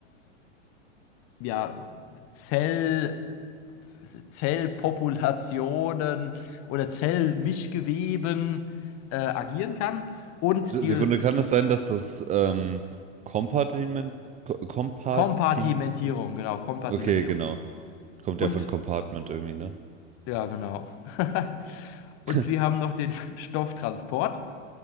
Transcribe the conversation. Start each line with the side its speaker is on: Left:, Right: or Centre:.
Left: ja, Zell Zellpopulationen oder Zellmischgeweben äh, agieren kann. Und
Right: Se-
Left: die
Right: Sekunde, kann es sein, dass das ähm, Kompartiment, Ko- Kompartiment,
Left: Kompartimentierung, genau, Kompartimentierung.
Right: okay, genau, kommt
Left: Und,
Right: ja von Compartment irgendwie, ne?
Left: ja, genau. <laughs> Und
Right: <laughs>
Left: wir haben noch den Stofftransport.